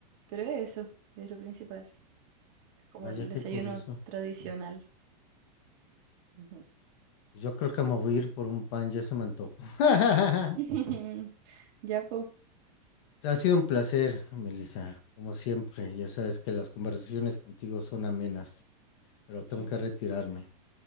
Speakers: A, on the right (about 45°); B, on the left (about 40°).
A: pero es eso, es lo principal, es como
B: Vaya,
A: el desayuno
B: qué curioso.
A: tradicional. Ujú.
B: Yo creo que me voy a ir por un pan, ya se me antojó. <laughs>
A: <laughs> Ya, pues.
B: Ha sido un placer, Melissa, como siempre. Ya sabes que las conversaciones contigo son amenas, pero tengo
A: Sí.
B: que retirarme.